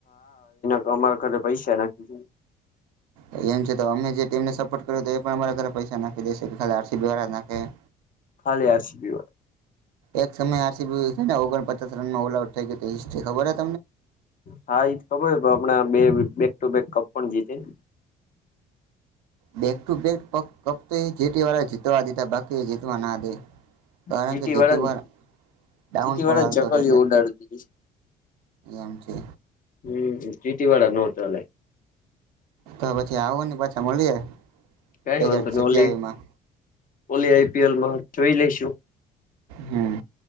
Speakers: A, on the left; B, on the right.
A: તો અમારા ઘરે પૈસા નાખી છે?
B: એટલે એમ છે. તો અમે જે ટીમને સપોર્ટ કર્યો તો એ પણ અમારા ઘરે પૈસા નાખ નાખી દેશે, <unintelligible> આર સી બી વાળા નાખે એમ.
A: ખાલી આર સી બી વાળા.
B: એક સમયે આર સી બી છેને ઓગણપચાસ રનમાં ઓલ આઉટ થઈ જતી, હિસ્ટ્રી ખબર જ
A: હા, ઈ ખબર હોય પણ હમણા બે બેક ટુ બેક કપ પણ જીતી ને!
B: બેક ટુ બેક પક કપ તો એ જી ટી વાળાએ જીતવા દીધા, બાકીએ જીતવા ના દે. કારણ
A: જીટી
B: કે જી
A: વાળા
B: ટી પર ડાઉન
A: જીટી
B: ફોલ
A: વાળા
B: હાલતો
A: ચકલીઓ
B: તો એટલે.
A: ઉડાડતી
B: એમ છે.
A: હમ્મ જી ટી વાળા નો ચાલે.
B: તો પછી આવો ને, પાછા મળીએ.
A: કઈ
B: બે
A: વાંધો
B: હજાર સત્યાવી
A: નહી ઓલી
B: માં.
A: ઓલી આઈપીએલમાં જોઈ લઈશુ.
B: હમ્મ